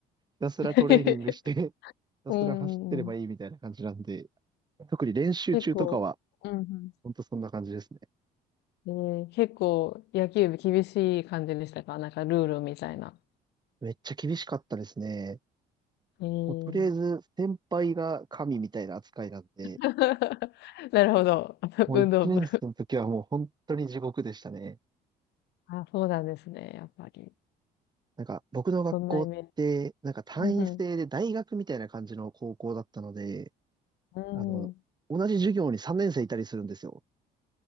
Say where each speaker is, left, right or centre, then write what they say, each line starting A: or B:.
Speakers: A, on the right (about 25°); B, on the left (about 85°).
A: たすらトレーニングして、
B: <laughs>
A: ひたすら走ってればいいみたいな感じなんで、
B: うんうん
A: 特に練習中とかは、
B: 結構、うん
A: ほんとそんな感じですね。
B: うん。えー、結構野球部厳しい感じでしたかなんかルールみたいな。
A: めっちゃ厳しかったですね。
B: えー、うん
A: もうとりあえず先輩が神みたいな扱いなんで、
B: <laughs> なるほど。<laughs>
A: もう一年生の時はもう本当に地獄でしたね。
B: 運動部。あ、そうなんですね。やっぱり。
A: なんか僕の学校って、
B: そんなイメージ。
A: なんか単位制で大学みたいな感じの高校だったので、
B: うんうん。
A: あの、
B: うん。
A: 同じ授業に3年生いたりするんですよ。